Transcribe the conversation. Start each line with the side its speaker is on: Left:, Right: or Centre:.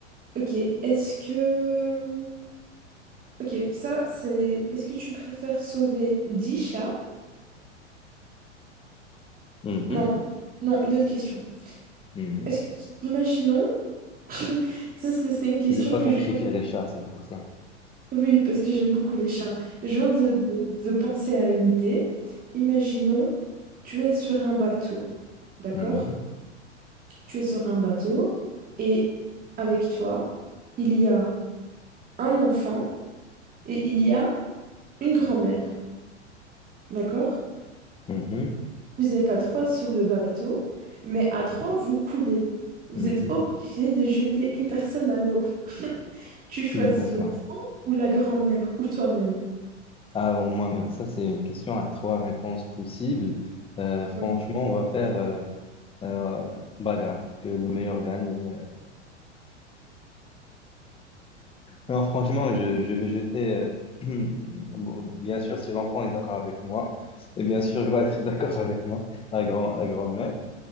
Right: ok, est-ce que... Ok, ça, c'est... Est-ce que tu préfères sauver 10 chats?
Left: Mhm,
Right: Non, non, une autre question.
Left: mhm.
Right: Est-ce que... Imaginons... <laughs> Ça, c'est c'est une question
Left: Tu veux pas
Right: que
Left: sacrifier
Right: je...
Left: les chats, c'est pour ça.
Right: Oui, parce que j'aime beaucoup les chats. Je viens de, de, de penser à une idée. Imaginons, tu es sur un bateau, d'accord?
Left: Mhm,
Right: tu es sur un bateau et avec toi, il y a un enfant et il y a une grand-mère. D'accord?
Left: mhm,
Right: Vous êtes à trois sur le bateau, mais à trois, vous coulez. Vous
Left: mhm.
Right: êtes obligé de jeter une personne à l'eau. <laughs> Tu choisis
Left: Mm, D'accord.
Right: l'enfant ou la grand-mère ou toi-même.
Left: Ah, au moins, même- ça, c'est une question à trois réponses possibles. Euh, franchement,
Right: Oui,
Left: on va faire euh, euh, bagarre, que le meilleur gagne. Non, franchement, je, je vais jeter. euh, <clears throat> bon, bien sûr, si l'enfant est d'accord avec moi, et bien sûr, il va être <laughs> d'accord avec moi, la grand, la grand-mère,